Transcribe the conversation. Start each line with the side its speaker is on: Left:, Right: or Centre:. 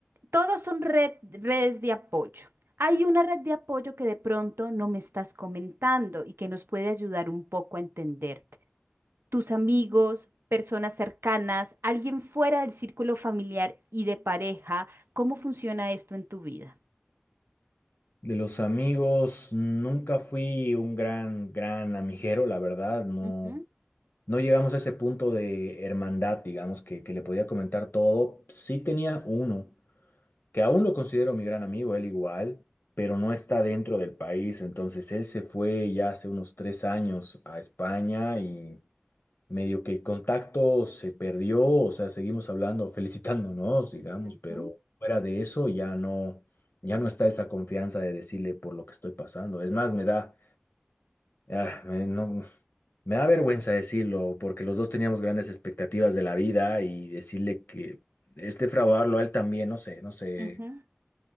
Right: todos son red- redes de apoyo. Hay una red de apoyo que de pronto no me estás comentando y que nos puede ayudar un poco a entender tus amigos, personas cercanas, alguien fuera del círculo familiar y de pareja, ¿cómo funciona esto en tu vida?
Left: De los amigos, nunca fui un gran, gran amiguero, la verdad, no,
Right: Ujú,
Left: no llegamos a ese punto de hermandad, digamos, que, que le podía comentar todo. Sí tenía uno que aún lo considero mi gran amigo, él igual, pero no está dentro del país. Entonces él se fue ya hace unos tres años a España y medio que el contacto se perdió, o sea, seguimos hablando, <laughs> felicitándonos, digamos,
Right: ujú,
Left: pero fuera de eso ya no, ya no está esa confianza de decirle por lo que estoy pasando. Es más, me da, ah, me- no, me da vergüenza decirlo, porque los dos teníamos grandes expectativas de la vida y decirle que este fraudarlo a él también, no sé, no sé.
Right: ujú.